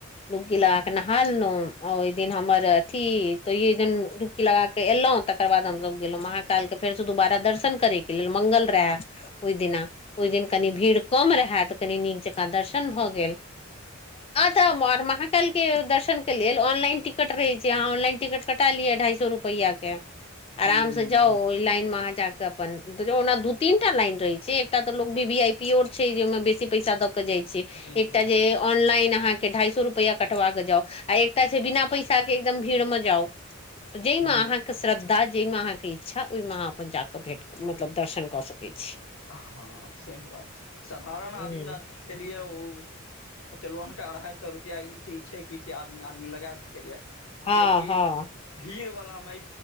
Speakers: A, on the left; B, on the left.
A: डुबकी लगा के नहायलहु ओहि दिन हमर। अथी तोयन डूबकी लगा क एलहु। तकर बाद हमसभ गेलहुं महाकाल के फेर से दुबारा दर्शन करे के लेल मंगल रहे ओहि दिना ओहि
B: अच्छा
A: दिन कनि भीड़ कम रहए त कनि नीक जकाँ दर्शन भऽ गेल। तऽ महाकाल के दर्शन के लेल ऑनलाइन टिकट रहै छै, अहाँ ऑनलाइन टिकट कटा लिय ढाई सो रुपैयाके,
B: हूँ
A: आरामसँ जाउ ओहि लाइन मे अहाँजाके के अपन। ओना दू तीन टा लाइन रहय छैय एकटा तऽ लोक वी- वी-आई -पी ओ छै जे मे बेसी पैसा द क जाइ छैय।
B: जी
A: एकटा
B: जी
A: जे ऑनलाइन अहाँके ढाई सए रुपया कटवाके जाउ आ एकटा छैय बिना पैसाके एकदम भीड़मे जाउ त जाहिमे
B: हूँ
A: अहाँ के श्रद्धा, जाहिमे अहाँके इच्छा ओहिमे अहाँ अपन जाकऽ भेंट मतलब दर्शन कऽ सकैत छी।
B: हँ सेह बात छैय। साधारण आदमी,
A: हूँ
B: आदमी के लिए ओ चलू अहाँके अढ़ाई सए रुपआ ई चीज छैय कि, कि आदमी-आदमी लगा सकै या।
A: हँ
B: किएकि
A: हँ
B: भीड़ वालामे